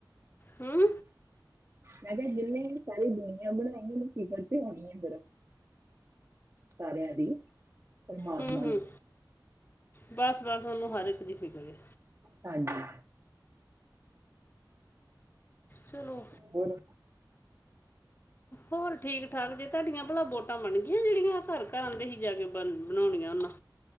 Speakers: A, on the left; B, on the right.
A: ਹਮ।
B: ਮੈਂ ਕਿਹਾ ਜਿੰਨੇ ਸਾਰੀ ਦੁਨੀਆਂ ਬਣਾਈ ਉਹਨੂੰ ਫਿਕਰ ਤੇ ਹੋਣੀ ਹੈ ਫੇਰ। ਸਾਰਿਆਂ ਦੀ। ਪਰਮਾਤਮਾ
A: ਹਮ
B: ਨੂੰ
A: ਹਮ ਬਸ ਬਸ ਉਹਨੂੰ ਹਰ ਇੱਕ ਦੀ ਫਿਕਰ ਏ।
B: ਹਾਂਜੀ।
A: ਚਲੋ।
B: ਹੋਰ।
A: ਹੋਰ ਠੀਕ ਠਾਕ ਜੇ ਤੁਹਾਡੀਆਂ ਭਲਾ ਵੋਟਾਂ ਬਣ ਗਈਆਂ ਜਿਹੜੀਆਂ ਘਰ ਘਰ ਆਉਂਦੇ ਸੀ ਜਾ ਕੇ ਬ ਬਣਾਉਣੀਆਂ ਉਹਨਾਂ।